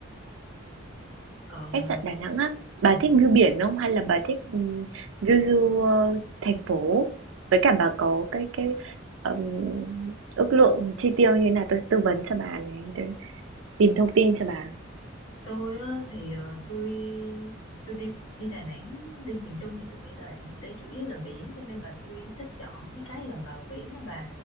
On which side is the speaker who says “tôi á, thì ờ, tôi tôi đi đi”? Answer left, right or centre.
Left